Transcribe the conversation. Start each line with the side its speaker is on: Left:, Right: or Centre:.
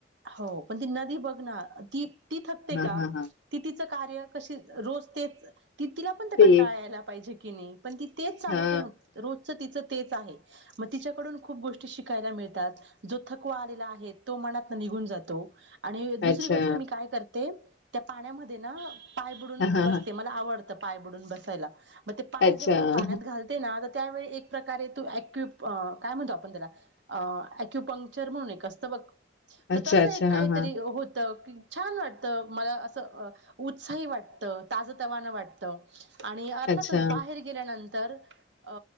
Right: हो. पण ती नदी बघ ना, ती ती थकते
Left: हा
Right: का?
Left: हा हा
Right: ति तिचं कार्य कशी रोज तेच ति तिला- पण
Left: तेच
Right: कंटाळायला पाहिजे की नाही पण ती तेच चालू
Left: हा
Right: ठेवून रोजच तिच तेच आहे. मग तिच्याकडून खूप गोष्टी शिकायला मिळतात. जो थकवा आलेला आहे, तो मनातन निघून जातो. आणि दुसरी
Left: अच्छा
Right: गोष्ट मी काय करते, त्या पाण्यामध्ये ना पाय बुडून
Left: हा हा
Right: बसते
Left: हा
Right: मला आवडतं. पाय बुडून बसायला मग ते पाय
Left: अच्छा
Right: जेव्हा मी पाण्यात घाल- त्यावेळी एक प्रकारे ॲक्यु अ काय म्हणतो आपण त्याला ॲक्युपंक- जर्मनिक असतो बघ
Left: अच्छा,
Right: तस
Left: अच्छा.
Right: एक
Left: हां,
Right: काहीतरी
Left: हां.
Right: होत. छान वाटतं, मला असं उत्साही वाटतं ताजं तवानं वाटतं. आणि अर्थातच
Left: अच्छा.
Right: बाहेर- गेल्यानंतर अ